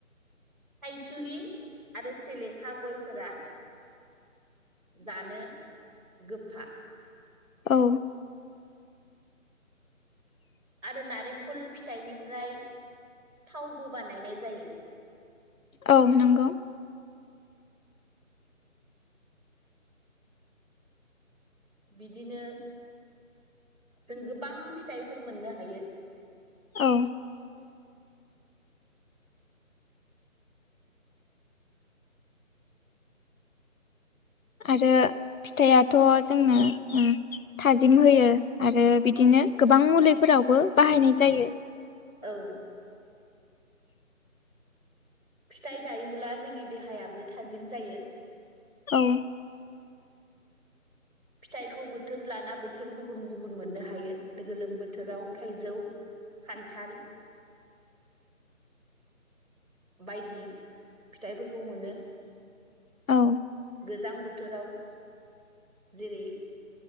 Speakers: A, in the centre; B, on the left.
A: थाइजुरि आरो सेलेखा गयफोरा जानो गोफा
B: औ
A: आरो नारेंखल फिथाइनिफ्राय थावबो बानायनाय जायो।
B: औ नंगौ।
A: बिदिनो जों गोबां फिथाइफोर मोननो हायो। <inaudible>
B: औ आरो फिथाइआथ' जोंना ओ थाजिम होयो आरो बिदिनो गोबां मुलिफोरावबो बाहायनाय जायो।
A: औ फिथाइ जायोब्ला जोंनि देहायाबो थाजिम जायो।
B: औ
A: फिथाइखौ बोथोर लाना बोथोर गुबुन गुबुन मोननो हायो गोलोम बोथोराव थाइजौ खान्थाल बायदि फिथाइफोरखौ मोनो।
B: औ
A: गोजां बोथोराव जेरै